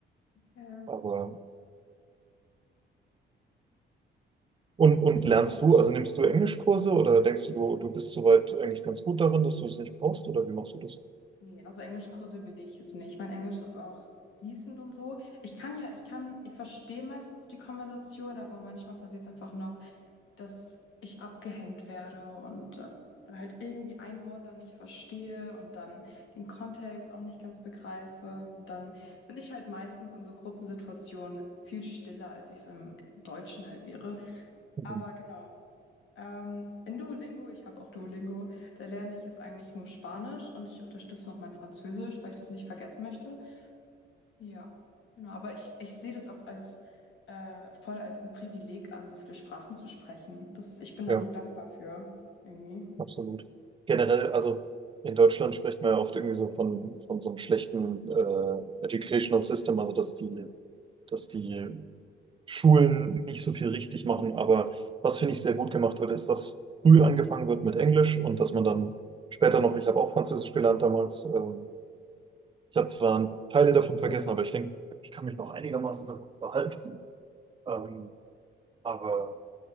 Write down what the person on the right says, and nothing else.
Aber Und, und
lernst du, also nimmst du Englischkurse oder denkst du, du, du bist soweit eigentlich ganz gut darin, dass du es nicht brauchst oder wie machst du das?
Mhm.
Ja,
absolut. Generell, also in Deutschland spricht man ja oft irgendwie so von, von so einem schlechten äh, Educational System, also dass die, dass die Schulen nicht so viel richtig machen. Aber was finde ich sehr gut gemacht wird, ist, dass früh angefangen wird mit Englisch und dass man dann später noch, ich habe auch Französisch gelernt damals, ähm, Ich habe zwar Teile davon vergessen, aber ich denke, ich kann mich noch einigermaßen daran behalten. Ähm, aber